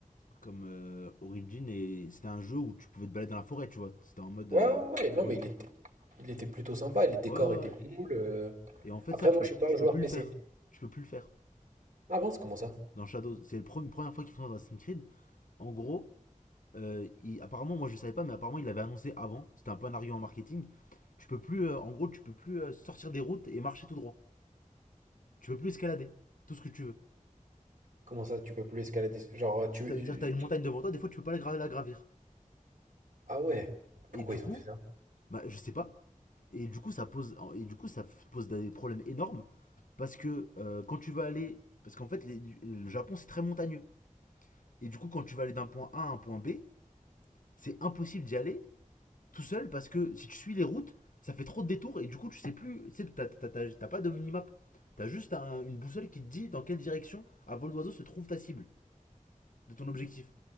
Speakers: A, on the left; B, on the right.
A: comme euh, Origin et c'était un jeu où tu pouvais te balader dans la forêt, tu vois. C'était en mode
B: Ouais,
A: euh,
B: ouais, ouais. ouais, Non,
A: ouais,
B: mais il était, il était plutôt sympa. Les décors
A: ouais, ouais,
B: étaient
A: ouais.
B: cool. euh.
A: Et en fait,
B: Après,
A: ça, tu
B: moi,
A: peux,
B: je suis pas
A: tu
B: un joueur
A: peux plus
B: PC.
A: le faire. Tu peux plus le faire
B: Ah bon, c'est comment ça?
A: dans Shadows. C'est la pre première fois qu'ils font ça dans Assassin's Creed. En gros, euh, il- apparemment, moi je savais pas, mais apparemment, il l'avait annoncé avant. C'était un peu un argument marketing. Tu peux plus, euh, en gros, tu peux plus euh, sortir des routes et marcher tout droit. Tu peux plus escalader tout ce que tu veux.
B: Comment ça, tu peux plus escalader? Genre, euh, tu...
A: Ça
B: euh,
A: veut dire que t'as une montagne devant toi, des fois, tu peux pas la, gra- la gravir.
B: Ah ouais. Pourquoi
A: Et du
B: ils
A: coup,
B: ont fait ça?
A: bah, je sais pas. Et du coup, ça pose, et du coup, ça f- pose des problèmes énormes Parce que euh, quand tu vas aller. Parce qu'en fait, les- le Japon, c'est très montagneux. Et du coup, quand tu vas aller d'un point A à un point B, c'est impossible d'y aller tout seul parce que si tu suis les routes, ça fait trop de détours et du coup, tu sais plus. Tu sais, t'as- t'as t'as- t'as pas de minimap. T'as juste un- une boussole qui te dit dans quelle direction, à vol d'oiseau, se trouve ta cible de ton objectif.